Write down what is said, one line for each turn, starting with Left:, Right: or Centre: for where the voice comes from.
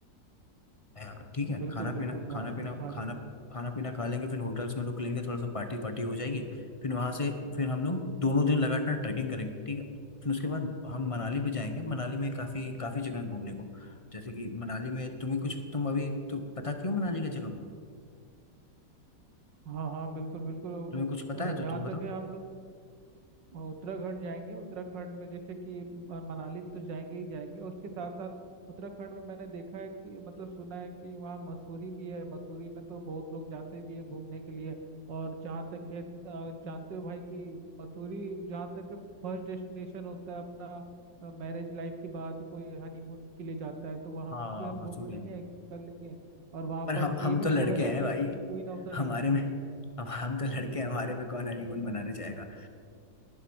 Left: हाँ, ठीक है
Right: बिल्कुल
Left: खाना पीना
Right: बिल्कुल
Left: खाना
Right: वहाँ
Left: पीना
Right: पर खा
Left: खाना
Right: लेंगे
Left: खाना पीना खा लेंगे फिर होटल्स में रुक लेंगे थोड़ा सा पार्टी पार्टी हो जाएगी फिर वहां से फिर हम लोग दोनों दिन लगातार ट्रैकिंग करेंगे ठीक है फिर उसके बाद हम मनाली पे जाएंगे मनाली में काफी काफी जगह है घूमने को जैसे कि मनाली में तुम्हें कुछ तुम अभी तो पता क्यों मनाली का जगह में
Right: हाँ हाँ बिल्कुल बिल्कुल
Left: तुम्हें कुछ पता है
Right: अ,
Left: तो
Right: जहाँ
Left: तुम बताओ
Right: तक है हम लोग और उत्तराखंड जाएंगे उत्तराखंड में जैसे कि म- मनाली तो जाएंगे ही जाएंगे उसके साथ साथ उत्तराखंड में मैंने देखा है कि मतलब सुना है कि वहाँ मसूरी भी है मसूरी में तो बहुत लोग जाते भी है घूमने के लिए और जहाँ तक है अ, जानते हो भाई कि मसूरी जहाँ तक फर्स्ट डेस्टिनेशन होता है अपना मैरिज लाइफ के बाद कोई हनीमून के लिए जाता है तो वहाँ
Left: हाँ
Right: भी हम
Left: मसूरी
Right: घूम लेंगे एक्सप्लोर कर लेंगे और वहाँ
Left: पर हम
Right: पर
Left: हम
Right: ये भी
Left: तो लड़के
Right: बोला जाता
Left: हैं भाई
Right: है कि क्वीन ऑफ द
Left: हमारे
Right: हिल्स
Left: में
Right: भी है
Left: हम हम तो लड़के हैं हमारे में कौन हनीमून मनाने जाएगा